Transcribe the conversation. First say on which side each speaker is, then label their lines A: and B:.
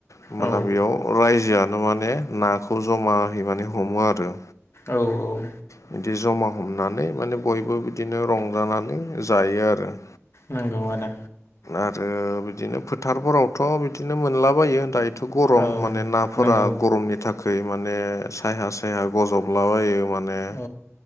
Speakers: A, on the left; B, on the left.
A: होमबाना
B: औ
A: बेयाव रायजोआनो माने नाखौ जमाहै माने हमो आरो।
B: औ औ
A: बिदि जमा हमनानै माने बयबो बिदिनो रंजानानै जायो आरो।
B: नंगौआनो
A: आरो बिदिनो फोथारफोरावथ' बिदिनो मोनलाबायो दायो गरम
B: औ
A: माने नाफोरा
B: नंगौ
A: गरमनि था खै माने साया सायहा गजबलाबायो माने
B: औ